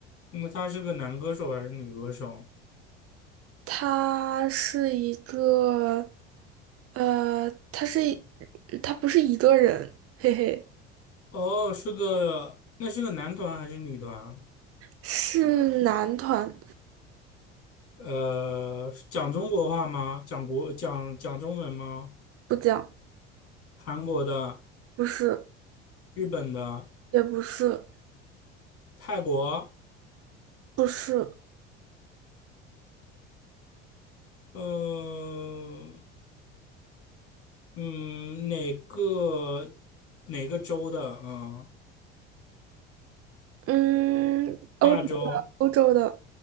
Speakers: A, on the left; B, on the right.
A: 那么他是个男歌手还是女歌手？
B: 他是一个，呃，他是他不是一个人，嘿嘿，
A: 哦，是个，那是个男团还是女团？
B: 是男团，
A: 呃，讲中国话吗？讲国讲讲中文吗？
B: 不讲，
A: 韩国的、
B: 不是，
A: 日本的、
B: 也不是，
A: 泰国，
B: 不是，
A: 呃，嗯，哪个哪个州的啊、呃
B: 嗯，欧洲的，
A: 亚洲、
B: 欧洲的，